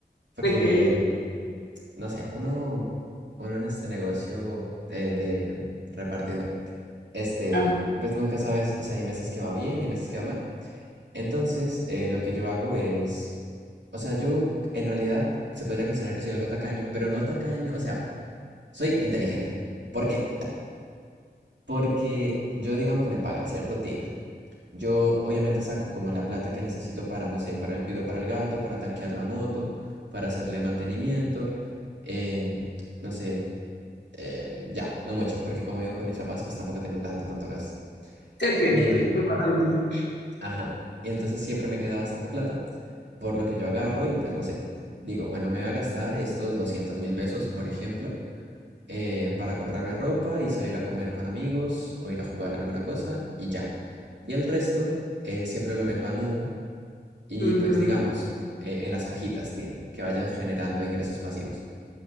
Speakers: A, on the right; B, on the left.
A: porque,
B: Ok,
A: no sé, uno, uno en este negocio eh, de repartidor. este,
B: ah,
A: pues nunca sabes, o sea, hay meses que va bien, hay meses que va mal. Entonces, eh, lo que yo hago es, o sea, yo en realidad se podría considerar que soy algo tacaño, pero no tacaño, o sea, soy inteligente. ¿Por qué? Porque yo, digamos, me pagan, ¿cierto, Tina? Yo obviamente saco como la plata que necesito para, no sé, para el cuido para el gato, para tanquear la moto, para hacerle mantenimiento, eh, no sé, eh, ya, no mucho, porque como vivo con mis papás, pues tampoco tengo tanto, tanto gasto.
B: te entiendo,
A: Eh,
B: sí, me pasa lo mismo.
A: Ajá. Y entonces siempre me queda bastante plata, por lo que yo agarro y pues no sé, digo, bueno, me voy a gastar estos doscientos mil pesos, por ejemplo, eh, para comprarme ropa y salir a comer con amigos o ir a jugar alguna cosa y ya. Y el resto eh, siempre lo meto a Nu y
B: Ujú.
A: pues digamos, eh, en las cajitas, Tin, que vayan generando ingresos pasivos.